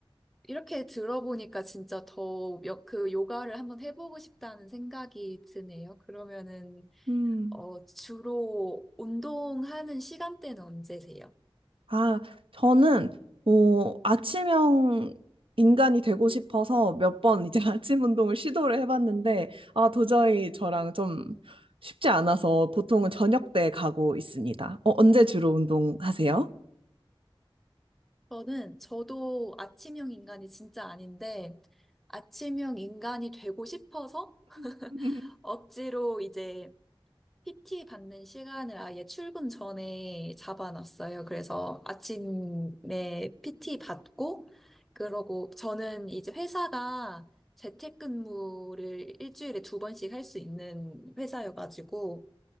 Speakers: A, in the centre; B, on the right (about 70°).
A: 이렇게 들어보니까 진짜 더 그 요가를 한번 해보고 싶다는 생각이 드네요. 그러면은
B: 음.
A: 어, 주로 운동하는 시간대는 언제세요?
B: 아, 저는 어, 아침형 인간이 되고 싶어서 몇 번 이제 <laughs> 아침 운동을 시도를 해봤는데 아, 도저히 저랑 좀 쉽지 않아서 보통은 저녁 때 가고 있습니다. 어, 언제 주로 운동하세요?
A: 저는 저도 아침형 인간이 진짜 아닌데 아침형 인간이 되고 싶어서
B: <laughs>
A: 억지로 이제 PT 받는 시간을 아예 출근 전에 잡아놨어요. 그래서 아침에 PT 받고, 그러고 저는 이제 회사가 재택근무를 일주일에 두 번씩 할 수 있는 회사여가지고,